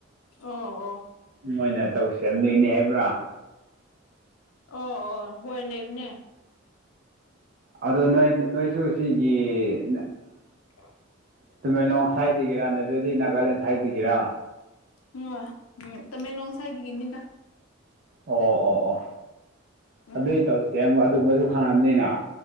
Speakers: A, on the left; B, on the right.
A: ꯑꯣ ꯑꯣ
B: ꯃꯣꯏꯅ ꯇꯧ ꯁꯦꯝꯗꯣꯏꯅꯤ ꯍꯥꯏꯕ꯭ꯔꯥ
A: ꯑꯣ ꯑꯣ ꯍꯣꯏ ꯂꯩꯕꯅꯦ
B: ꯑꯗꯣ ꯅꯣꯏ ꯅꯣꯏꯁꯨ ꯁꯤꯒꯤ
A: ꯍꯂ
B: ꯇꯃꯦꯡꯂꯣꯡ ꯁꯥꯏꯠꯇꯒꯤꯔꯥ ꯅꯠꯇꯗꯤ ꯅꯥꯒꯥꯂꯦꯟ ꯁꯥꯏꯠꯇꯒꯤꯔꯥ
A: ꯎ ꯋꯥ ꯎꯝ ꯇꯃꯦꯡꯂꯣꯡ ꯁꯥꯏꯗꯒꯤꯅꯤꯗ
B: ꯑꯣ ꯑꯣ ꯑꯣ
A: ꯎꯝ
B: ꯑꯗꯨꯏ ꯇꯧꯁꯦ ꯑꯃꯨꯛ ꯑꯗꯨꯒꯨꯝꯕꯁꯨ ꯈꯪꯉꯕꯅꯤꯅ